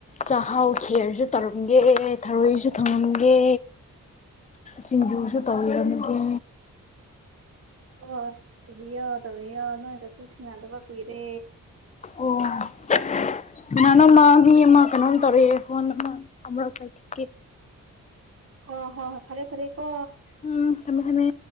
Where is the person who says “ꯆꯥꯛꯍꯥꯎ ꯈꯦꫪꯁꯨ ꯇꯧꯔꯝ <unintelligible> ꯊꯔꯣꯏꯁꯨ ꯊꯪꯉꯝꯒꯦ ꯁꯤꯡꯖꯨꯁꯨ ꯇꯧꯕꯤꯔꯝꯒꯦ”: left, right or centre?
Left